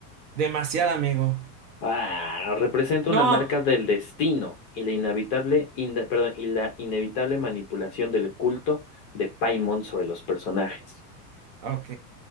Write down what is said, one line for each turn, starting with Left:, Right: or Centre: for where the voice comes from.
Right: Demasiado, amigo.
Left: Ah, representa
Right: No.
Left: una marca del destino y la inevitable, inde- perdón, y la inevitable manipulación del culto de Paimon sobre los personajes.
Right: Ok.